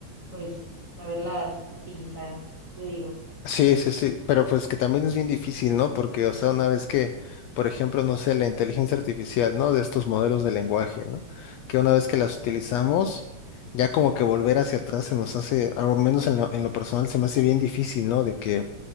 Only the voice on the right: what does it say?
pues saberlas utilizar, yo digo.